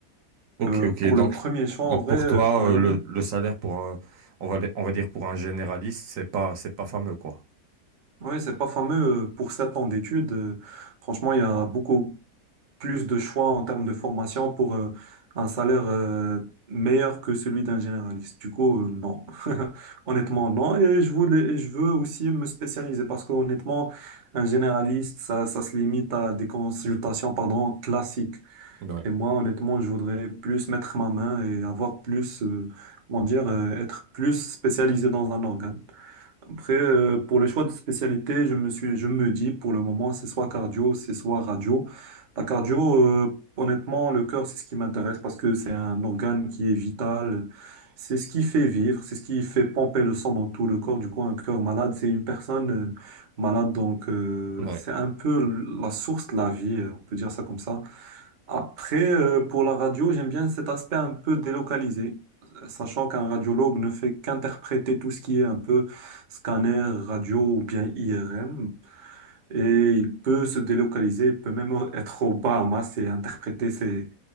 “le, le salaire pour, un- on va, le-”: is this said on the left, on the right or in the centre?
Right